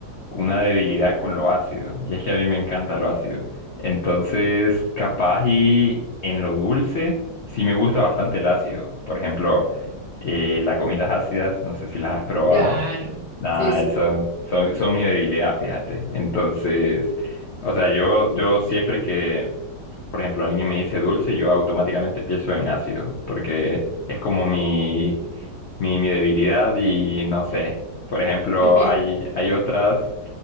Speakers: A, on the left (about 80°); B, on the right (about 60°).
A: una debilidad con lo ácido, y es que a mí me encanta lo ácido. Entonces, capaz y en lo dulce, sí me gusta bastante el ácido. Por ejemplo, eh, las gomitas ácidas, no sé si las has probado.
B: Claro.
A: Nada,
B: Sí, sí.
A: eso son, son mi debilidad, fíjate. Entonces, o sea, yo, yo siempre que por ejemplo, alguien me dice dulce, yo automáticamente pienso en ácido, porque es como mi, mi, mi debilidad y no sé. Por ejemplo,
B: <laughs>
A: hay, hay otras